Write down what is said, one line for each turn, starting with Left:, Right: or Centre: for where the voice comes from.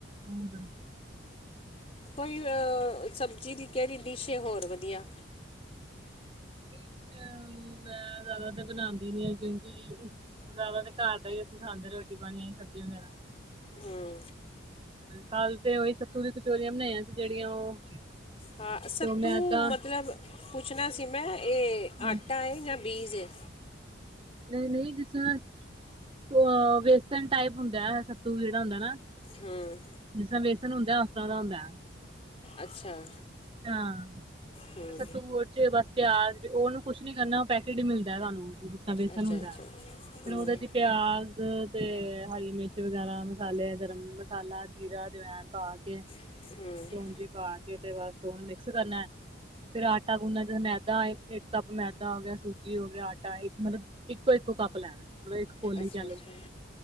Right: ਹੋਦਾ <unintelligible>
Left: ਕੋਈ ਸਬਜ਼ੀ ਦੀ ਕਿਹੜੀ ਡਿਸ਼ ਹੈ ਹੋਰ ਵਧੀਆ
Right: ਇਕ ਤੇ ਮੈਂ ਜ਼ਿਆਦਾ ਤਾਂ ਬਣਾਦੀ ਨਹੀਂ ਹੇਗੀ ਜ਼ਿਆਦਾ ਤਾਂ ਘਰ ਦਾ ਹੀ ਅਸੀਂ ਖਾਂਦੇ ਰੋਟੀ ਪਾਣੀ ਆ ਸਬਜ਼ੀ ਵਗੈਰਾ
Left: ਹਮ
Right: ਕੱਲ ਤੇ ਉਹੀ ਸੱਤੂ ਦੀ ਕਚੋਰੀਆਂ ਬਣਾਈਆਂ ਸੀ ਜਿਹੜੀਆਂ ਉਹ
Left: ਹਾਂ ਸੱਤੂ
Right: ਤੇ ਉਹ ਮੈਂ ਏਦਾਂ
Left: ਮਤਲਬ ਪੁੱਛਣਾ ਸੀ ਮੈਂ ਇਹ
Right: ਹਾਂਜੀ
Left: ਆਟਾ ਹੈ ਜਾਂ ਬੀਜ ਹੈ
Right: ਨਹੀਂ ਨਹੀਂ ਦੱਸਾਂ ਅ ਵੇਸਨ ਟਾਈਪ ਹੁੰਦਾ ਸੱਤੂ ਜਿਹੜਾ ਹੁੰਦਾ ਨਾ
Left: ਹੂੰ
Right: ਜਿਸ ਤਰ੍ਹਾਂ ਬੇਸਨ ਹੁੰਦਾ ਉਸ ਤਰ੍ਹਾਂ ਦਾ ਹੁੰਦਾ
Left: ਅੱਛਾ
Right: ਹਾਂ
Left: ਹੂੰ
Right: ਸੱਤੂ ਜੇ ਬਸ ਤਿਆਰ ਉਹਨੂੰ ਕੁੱਛ ਨੀ ਕਰਨਾ ਉਹ ਪੈਕੇਟ ਹੀ ਮਿਲਦਾ ਤੁਹਾਨੂੰ ਵੇਸਨ
Left: ਅੱਛਾ
Right: ਹੁੰਦਾ
Left: ਅੱਛਾ ਹੂੰ
Right: ਫਿਰ ਉਹਦੇ ਚ ਦੀ ਪਿਆਜ ਤੇ ਹਰੀ ਮਿਰਚ ਵਗੈਰਾ ਮਸਾਲੇ ਗਰਮ ਮਸਾਲਾ ਜੀਰਾ ਜਵਾਇਣ ਪਾ ਕੇ
Left: ਹਮ
Right: ਸੂਜੀ ਪਾ ਕੇ ਤੇ ਬਸ ਉਹਨੂੰ ਮਿਕਸ ਕਰਨਾ ਫਿਰ ਆਟਾ ਗੁੰਨਾ ਜਿਹੜਾ ਮੈਦਾ ਇੱਕ ਕੱਪ ਮੈਦਾ ਹੋ ਗਿਆ ਸੂਜੀ ਹੋ ਗਿਆ ਆਟਾ ਇੱਕ ਮਤਲਬ ਇੱਕੋ ਇੱਕੋ ਕੱਪ ਲੈਣਾ ਮਤਲੱਬ ਇੱਕ ਕੋਲੀ
Left: ਅੱਛਾ
Right: ਕਹਿ
Left: ਅੱਛਾ
Right: ਲਓ